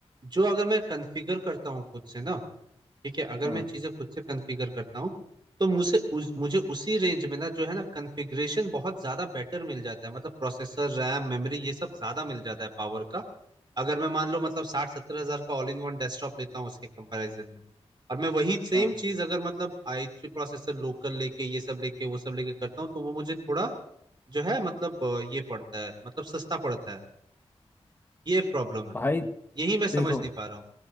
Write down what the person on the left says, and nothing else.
हाँ
हाँ
भाई
देखो